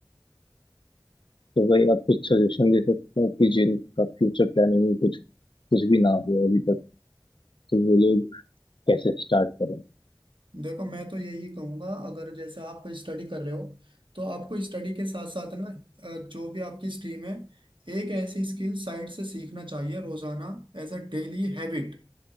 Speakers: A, on the left; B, on the right.
A: तो भाई आप कुछ सजेशन दे सकते हैं कि जिनका फ्यूचर प्लानिंग में कुछ कुछ भी ना हो अभी तक तो वो लोग कैसे स्टार्ट करें
B: देखो मैं तो यही कहूंगा अगर जैसे आप स्टडी कर रहे हो तो आपको स्टडी के साथ साथ ना अ, जो भी आपकी स्ट्रीम है एक ऐसी स्किल साइड से सीखना चाहिए रोजाना एज अ डेली हैबिट